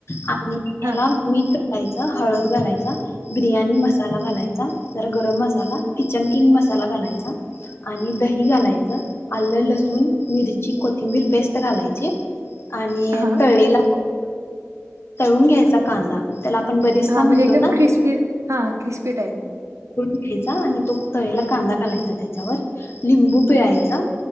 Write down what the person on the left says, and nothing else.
आणि
याला मीट घालायच हळद घालायचा बिर्याणी मसाला घालायचा जरा गरम मसाला किचन किंग मसाला घालायचा आणि दही घालायच आलं लसूण मिरची कोथिंबीर पेस्ट घालायचे आणि
तळलेला तळून घ्यायचा कांदा त्याला आपण बरिस्ता
म्हणतो
ना
ठेचा आणि तो तळेला कांदा घालायचा त्याच्यावर लिंबू पिळायचा